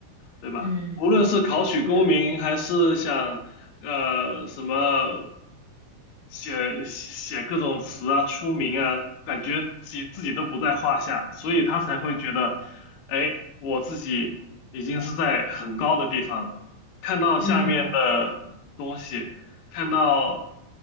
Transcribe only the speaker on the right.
嗯。
是，的，
嗯